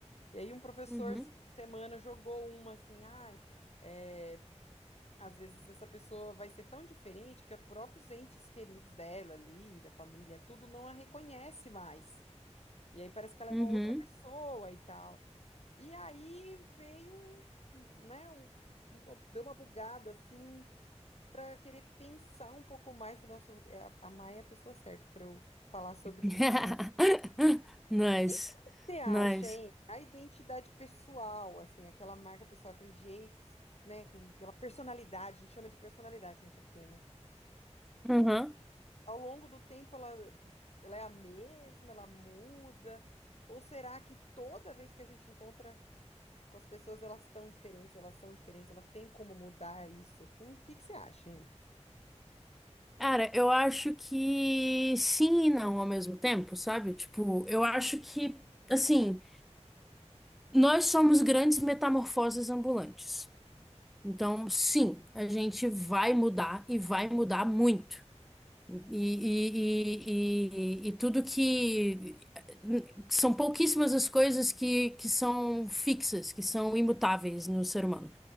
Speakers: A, on the left; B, in the centre.
A: E aí um professor
B: Uhum,
A: esse fim de semana jogou uma assim, ai, é, às vezes essa pessoa vai ser tão diferente que os próprios entes queridos dela ali, da família, tudo não a reconhece mais. E aí parece que ela é
B: uhum.
A: uma outra pessoa e tal. E aí veio, um, né, um- uma- deu uma bugada assim para querer pensar um pouco mais, falei, nossa, eu- é a a Maia é a pessoa certa para eu falar sobre
B: <laughs>
A: isso, assim.
B: Nice,
A: E que você acha,
B: nice.
A: hein? A identidade pessoal, assim, aquela marca pessoal, aquele jeito, né? Aquele- Aquela personalidade, a gente chama de personalidade quando a gente é pequena. né?
B: Uhum.
A: Ao longo do tempo, ela, ela é a mesma, ela muda? Ou será que toda vez que a gente encontra com as pessoas, elas estão diferentes, elas são diferentes, ela tem como mudar isso? Hum, O que que você acha, hein?
B: Cara, eu acho que sim e não ao mesmo tempo, sabe? Tipo, eu acho que, assim, nós somos grandes metamorfoses ambulantes. Então, sim, a gente vai mudar e vai mudar muito. E, e, e, e, e tudo que. São pouquíssimas as coisas que, que são fixas, que são imutáveis no ser humano.